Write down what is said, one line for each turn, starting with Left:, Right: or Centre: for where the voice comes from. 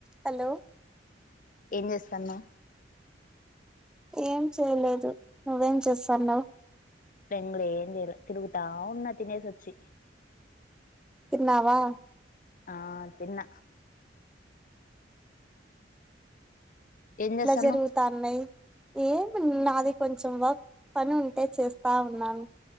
Centre: Hello
Left: ఏం చేస్తన్నావ్
Centre: ఏం చేయలేదు నువ్వేం చేస్తాన్నావు
Left: నేన్ కూడా ఏం చేయలే తిరుగుతా ఉన్నా తినేసి వొచ్చి
Centre: తిన్నావా
Left: ఆ తిన్న
Centre: ట్లా
Left: చేస్తాన్నావ్
Centre: జరుగుతాన్నాయి ఏ నాది కొంచెం వర్క్ పని ఉంటే చేస్తా ఉన్నాను